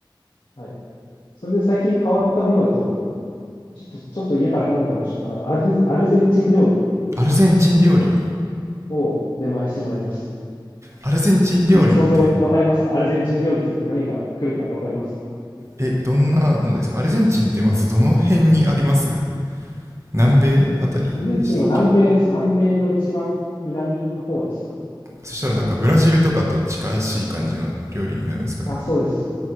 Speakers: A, on the left (about 70°); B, on the right (about 35°).
A: はい。それで最近変わったものだと、ちょっと、ちょっと家から離れた場所からアル、アルゼンチン料理
B: アルゼンチン料理
A: を出前してもらいました。
B: アルゼンチン料理って
A: なんか想像わかりますかアルゼンチン料理って聞いて何が来るかわかりますか
B: えどんなのですかアルゼンチンってまずどの辺にあります南米あたりでしたっけ
A: アルゼンチンは南米です。南米の一番南の方ですかね
B: そしたらなんかブラジルとかと近しい感じの料理になるんですかね
A: あ、そうです。